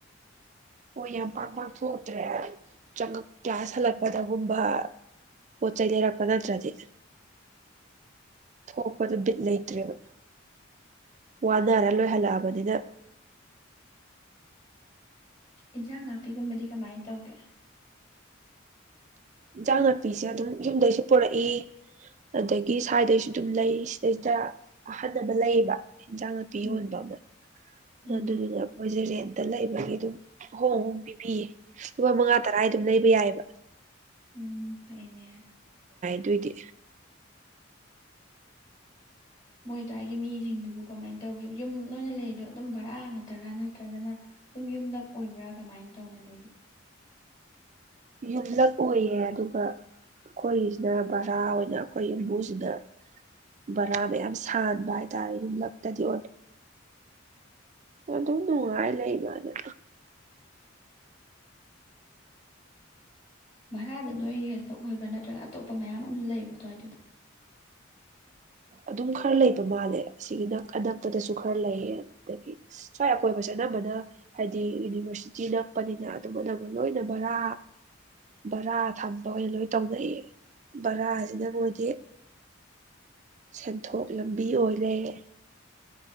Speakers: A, on the right; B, on the left.
A: ꯍꯣꯏ ꯌꯥꯝ ꯄꯥꯛ ꯄꯥꯛ ꯊꯣꯛ ꯇ꯭ꯔꯦ ꯆꯪꯉꯛ ꯀ꯭ꯂꯥꯁ ꯍꯜꯂꯛꯄꯗꯒꯨꯝꯕ ꯄꯣꯠ ꯆꯩꯩ ꯂꯩꯔꯛꯄ ꯅꯠꯇ꯭ꯔꯗꯤ ꯊꯣꯛꯄꯗꯣ ꯕꯤꯠ ꯂꯩꯇ꯭ꯔꯦꯕ ꯋꯥꯅꯔ ꯂꯣꯏ ꯍꯜꯂꯛꯑꯕꯅꯤꯅ
B: ꯏꯟꯁꯥꯡ ꯅꯥꯄꯤꯒꯨꯝꯕꯗꯤ ꯀꯃꯥꯏꯅ ꯇꯧꯒꯦ
A: ꯏꯟꯖꯥꯡ ꯅꯥꯄꯤꯁꯦ ꯑꯗꯨꯝ ꯌꯨꯝꯗꯩꯁꯨ ꯄꯨꯔꯛꯏ ꯑꯗꯒꯤ ꯁ꯭ꯥꯏꯗꯩꯁꯨ ꯑꯗꯨꯝ ꯂꯩ ꯁꯤꯗꯩꯁꯤꯗ ꯑꯍꯟ ꯑꯃ ꯂꯩꯌꯦꯕ ꯏꯟꯖꯥꯡ ꯅꯥꯄꯤ
B: ꯎꯝ
A: ꯌꯣꯟꯕ ꯑꯃ
B: ꯎꯝ
A: ꯑꯗꯨꯒꯤꯅꯦ ꯑꯣꯏꯣꯏꯖꯔꯦ <inaudible> ꯗ ꯂꯩꯕꯒꯤ ꯑꯗꯨꯝ ꯍꯣꯡ ꯍꯣꯡ ꯄꯤꯕꯤꯌꯦ ꯂꯨꯄꯥ ꯃꯉꯥ ꯇꯔꯥ ꯑꯗꯨꯝ ꯂꯩꯕ ꯌꯥꯏꯌꯦꯕ
B: ꯎꯝ ꯐꯩꯅꯦ
A: ꯑꯗꯨꯏꯗꯤ
B: ꯃꯣꯏ ꯑꯗ꯭ꯋꯥꯏꯒꯤ ꯃꯤꯁꯤꯡꯗꯨꯕꯨ ꯀꯃꯥꯏꯅ ꯇꯧꯒꯦ ꯌꯨꯝ ꯅꯣꯏꯅ ꯂꯩꯔꯤꯗꯣ ꯑꯗꯨꯝ ꯕꯔꯥ ꯉꯥꯛꯇꯔꯥ ꯅꯠꯇ꯭ꯔꯒꯅ ꯑꯗꯨꯝ ꯌꯨꯝꯂꯛ ꯑꯣꯏꯕ꯭ꯔꯥ ꯀꯃꯥꯏꯅ ꯇꯧꯅ ꯂꯩꯒꯦ
A: ꯌꯨꯝꯂꯛ ꯑꯣꯏꯌꯦ ꯑꯗꯨꯒ ꯑꯩꯈꯣꯏꯁꯤꯅ ꯕꯔꯥ ꯑꯣꯏꯅ ꯑꯩꯈꯣꯏ ꯌꯨꯝꯕꯨꯁꯤꯅ ꯕꯔꯥ ꯃꯌꯥꯝ ꯁꯥꯟꯕ ꯍꯥꯏꯇꯥꯔꯦ ꯌꯨꯝꯂꯛꯇꯗꯤ ꯑꯣꯏꯕ ꯑꯣ ꯑꯗꯨꯝ ꯅꯨꯡꯉꯥꯏ ꯂꯩꯕ ꯑꯗꯨ
B: ꯚꯔꯥꯗꯣ ꯅꯣꯏꯒꯤ ꯈꯇꯪ ꯑꯣꯏꯕ꯭ꯔꯥ ꯅꯠꯇ꯭ꯔꯒ ꯑꯇꯣꯞꯄ ꯃꯌꯥꯝ ꯑꯃꯁꯨ ꯂꯩꯕ꯭ꯔꯥ ꯑꯗꯨꯋꯥꯏꯗꯨꯗ
A: ꯑꯗꯨꯝ ꯈꯔ ꯂꯩꯕ ꯃꯥꯜꯂꯦ ꯁꯤꯒꯤ ꯑꯅꯛꯄꯗꯁꯨ ꯈꯔ ꯂꯩꯌꯦ ꯑꯗꯒꯤ ꯁ꯭ꯋꯥꯏ ꯑꯀꯣꯏꯕꯁꯦ ꯑꯅꯝꯕꯅ ꯍꯥꯏꯕꯗꯤ ꯌꯨꯅꯤꯚꯔꯁꯤꯇꯤ ꯅꯛꯄꯅꯤꯅ ꯑꯗꯨꯝꯕ ꯑꯅꯝꯕ ꯂꯣꯏꯅ ꯕꯔꯥ ꯕꯔꯥ ꯊꯝꯕ ꯑꯣꯏꯅ ꯂꯣꯏ ꯇꯧꯅꯩꯌꯦ ꯕꯔꯥꯁꯤꯅ ꯃꯣꯏꯗꯤ ꯁꯦꯟꯊꯣꯛ ꯂꯝꯕꯤ ꯑꯣꯏ ꯂꯩꯔꯦ